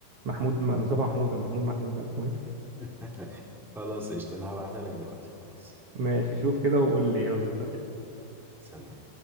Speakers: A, on the right; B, in the centre.
A: محمود مصطفى محمود ولا محمود محمود ده اسمه ايه
B: <laughs> خلاص قشطه انا هبعتها لك دلوقتي خلاص
A: ماشي
B: تمام
A: شوف كده وقول لي يلا سلام
B: سلام